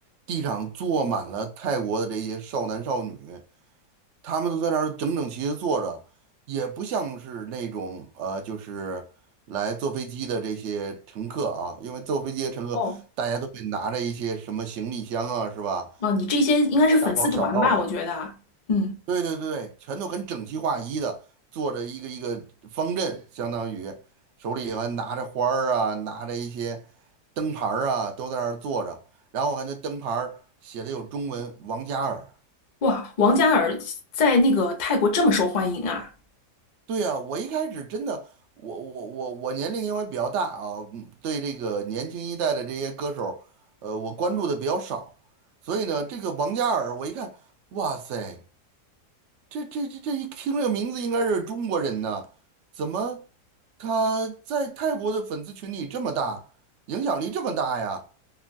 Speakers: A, on the right (about 65°); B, on the left (about 65°).
A: 地上坐满了泰国的这些少男少女，他们都在那儿整整齐齐地坐着，也不像是那种呃，就是来坐飞机的这些乘客啊，因为坐飞机的乘客大家都会拿着一些什么行李箱啊，
B: 哦，
A: 是吧？
B: 哦，你这些应该是粉丝团吧？
A: 拿个大包小包的，
B: 我觉得，嗯，
A: 对对对对，全都很整齐划一的坐着一个一个方阵，相当于手里还拿着花儿啊，拿着一些灯牌儿啊，都在那儿坐着，然后还那灯牌儿写的有中文“王嘉尔”。
B: 哇，王嘉尔在那个泰国这么受欢迎啊？
A: 对呀，我一开始真的，我我我我年龄因为比较大啊，嗯对这个年轻一代的这些歌手，呃，我关注的比较少，所以呢，这个王嘉尔，我一看，哇塞，这这这这一听这个名字应该是中国人呢，怎么他在泰国的粉丝群体这么大，影响力这么大呀？